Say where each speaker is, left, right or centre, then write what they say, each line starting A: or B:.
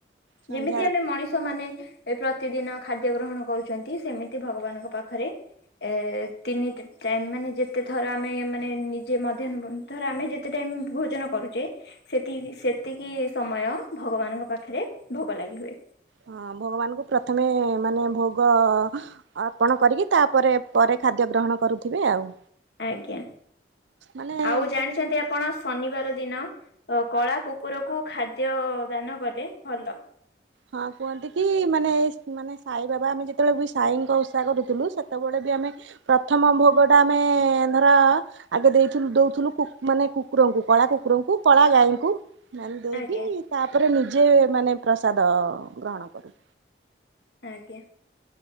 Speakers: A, on the right; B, on the left.
A: ସନ୍ଧ୍ୟାରେ
B: ଯେମିତି ଆମେ ମଣିଷ ମାନେ ପ୍ରତିଦିନ ଖାଦ୍ୟ ଗ୍ରହଣ କରୁଛନ୍ତି ସେମିତି ଭଗବାନଙ୍କ ପାଖରେ ଏ ତିନି ଟାଇମ ମାନେ ଯେତେ ଥର ଆମେ ମାନେ ନିଜେ ମଧ୍ୟାହ୍ନ ଧର ଆମେ ଯେତେ ଟା ଭୋଜନ କରୁଚେ ସେତି ସେତିକି ସମୟ ଭଗବାନଙ୍କ ପାଖରେ ଭୋଗ ଲାଗି ହୁଏ।
A: ହଁ ଭଗବାନଙ୍କୁ ପ୍ରଥମେ ମାନେ ଭୋଗ ଅର୍ପଣ କରିକି ତାପରେ ପରେ ଖାଦ୍ୟ ଗ୍ରହଣ କ କରୁଥିବେ ଆଉ।
B: ଆଜ୍ଞା
A: ମାନେ
B: ଆଉ ଜାଣିଛନ୍ତି ଆପଣ ଶନିବାର ଦିନ ଅ କଳା କୁକୁରକୁ ଖାଦ୍ୟ ଦାନ କଲେ ଭଲ।
A: ହଁ କୁହନ୍ତି କି ମାନେ ମାନେ ସାଇ ବାବା ଆମେ ଯେତେବେଳେ ବି ସାଇଙ୍କ ଓଷା କରୁଥିଲୁ ସେତେବେଳେ ଆ ପ୍ରଥମ ଭୋଗ ଟା ଆମେ ଧର ଆଗେ ଦେଇଥିଲୁ ଦୋଉଥୁଲୁ ମାନେ କୁ କୁକୁ କୁଙ୍କୁ କଳା କୁକୁରଙ୍କୁ କଳା ଗାଈଙ୍କୁ। ନେଲେ ଦେଇକି
B: ଆଜ୍ଞା
A: ତାପରେ ନିଜେ ମାନେ ପ୍ରସାଦ ଗ୍ରହଣ କରୁ
B: ଆଜ୍ଞା